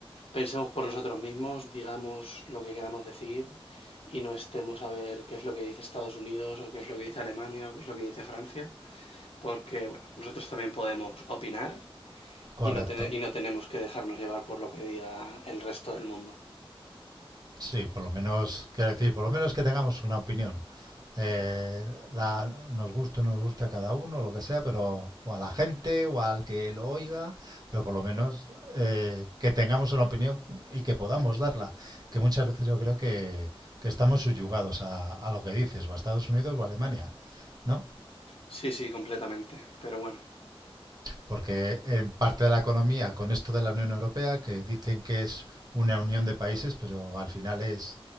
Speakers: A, on the left; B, on the right.
A: pensemos por nosotros mismos, digamos lo que queramos decir y no estemos a ver qué es lo que dice Estados Unidos o qué es lo que dice Alemania o qué es lo que dice Francia, porque bueno, nosotros también podemos opinar
B: Correcto.
A: y no tene- y no tenemos que dejarnos llevar por lo que diga el resto del mundo.
B: Sí, por lo menos, quiero decir, por lo menos que tengamos una opinión. Eh, la- nos guste o no nos guste a cada uno, lo que sea, pero o a la gente o al que lo oiga, pero por lo menos eh, que tengamos una opinión y que podamos darla. Que muchas veces yo creo que, que estamos subyugados a, a lo que dices, o a Estados Unidos o a Alemania, ¿no?
A: Sí, sí, completamente, pero bueno.
B: Porque en parte de la economía, con esto de la Unión Europea, que dicen que es una unión de países, pero al final es